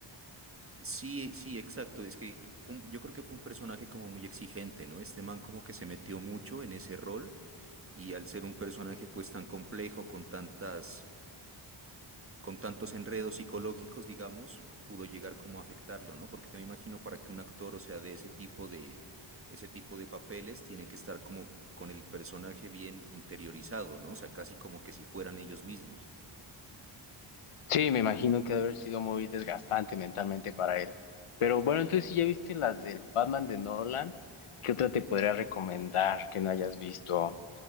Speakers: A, on the right; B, on the left.
A: Sí, sí, exacto. Es que fue un- yo creo que fue un personaje como muy exigente, ¿no? Este man como que se metió mucho en ese rol Y al ser un personaje pues tan complejo, con tantas, con tantos enredos psicológicos, digamos, pudo llegar como a afectarlo, ¿no? Porque yo me imagino para que un actor, o sea, de ese tipo de, ese tipo de papeles, tiene que estar como con el personaje bien interiorizado, ¿no? O sea, casi como que si fueran ellos mismos.
B: Sí, me imagino que debe haber sido muy desgastante mentalmente para él. Pero bueno, entonces si ya viste las del Batman de Nolan, ¿qué otra te podría recomendar que no hayas visto?